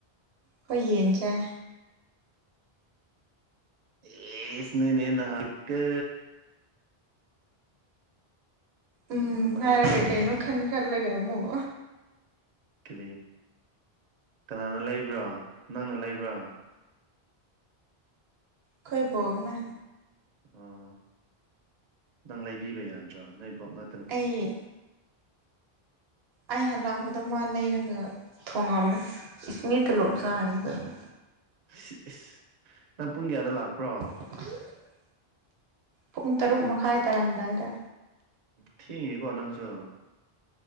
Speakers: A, on the right; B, on the right.
A: ꯈꯣꯏ ꯌꯦꯟ ꯆꯥꯏ
B: ꯑꯦꯁ ꯅꯣꯏꯅ ꯍꯦꯅ <unintelligible> ꯏꯀꯣ
A: ꯎꯝ
B: ꯍꯃꯜꯂꯦꯗ
A: ꯍꯥꯏꯔꯒ
B: ꯅꯣꯏꯁꯨ
A: ꯀꯩꯅꯣ ꯈꯟ ꯈꯜꯂꯒ ꯑꯃꯨꯛ
B: ꯀꯔꯤ ꯀꯅꯥꯅ ꯂꯩꯕ꯭ꯔꯣ ꯅꯪꯅ ꯂꯩꯕ꯭ꯔꯣ
A: ꯈꯣꯏ ꯕꯣꯛꯅꯥ
B: ꯑꯣ ꯅꯪ ꯂꯩꯕꯤꯕ ꯌꯥꯗ꯭ꯔꯣ ꯅꯣꯏꯕꯣꯛ ꯅ
A: ꯑꯩ ꯑꯩ ꯍꯟꯂꯛꯄꯗ ꯃꯥ ꯂꯩꯔꯒ ꯊꯣꯡꯉꯝꯃꯦ ꯏꯁ ꯃꯤ ꯇꯣꯂꯣꯞ
B: ꯑꯣ
A: ꯆꯥꯏꯅꯤ ꯀꯩꯅꯣ
B: ꯏꯁ ꯏꯁ ꯅꯪ ꯄꯨꯡ ꯀꯌꯥꯗ ꯂꯥꯛꯄ꯭ꯔꯣ
A: <unintelligible> ꯄꯨꯡ ꯇꯔꯨꯛ ꯃꯈꯥꯏ ꯇꯥꯔꯝꯗꯥꯏꯗ
B: ꯊꯦꯡꯉꯤꯀꯣ ꯅꯪꯁꯨ